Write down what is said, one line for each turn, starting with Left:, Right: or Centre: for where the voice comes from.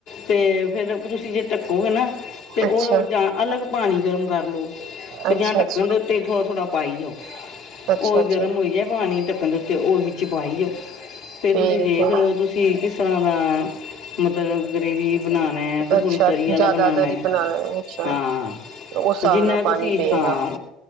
Left: ਤੇ ਫੇਰ ਤੁਸੀ ਜੇ ਢੱਕੋਗੇ ਨਾ ਤੇ ੳਹ
Right: ਅੱਛਾ
Left: ਜਾ ਅਲੱਗ ਪਾਨੀ ਗਰਮ ਕਰ ਲੋ ਤੇ
Right: ਅੱਛਾ
Left: ਜਾਂ ਢੱਕਨ
Right: ਅੱਛਾ
Left: ਦੇ ਉੱਤੇ ਈ ਥੋੜਾ-ਥੋੜਾ ਪਾਈ ਜਾਓ।
Right: ਅੱਛਾ
Left: ੳਹ
Right: ਅੱਛਾ
Left: ਗਰਮ ਹੋਈ ਜਾਏ ਪਾਨੀ ਢੱਕਣ ਦੇ ਉਤੇ ੳਹ ਵਿੱਚ ਪਾਈ ਜਾਓ, ਫੇਰ
Right: ਠੀਕ
Left: ਤੁਸੀ ਦੇਖ
Right: ਹੈ
Left: ਲੋ ਤੁਸੀ ਕਿਸਰਾਂ ਦਾ ਮਤਲਬ ਗੇ੍ਵੀ ਬਨਾਨਾ ਏ, ਕੇ
Right: ਅੱਛਾ
Left: ਥੋੜੀ ਤਰੀ ਵਾਲਾ
Right: ਜ਼ਿਆਦਾਤਰ
Left: ਬਨਾਨਾ ਏ,
Right: ਹੀ ਬਣਾਣਾ ਹੈ, ਅੱਛਾ
Left: ਹਾਂ।
Right: ਉਸ ਹਿਸਾਬ
Left: ਜਿਨਾ
Right: ਨਾਲ
Left: ਤੁਸੀ
Right: ਪਾਣੀ ਪਏਗਾ
Left: ਹਾਂ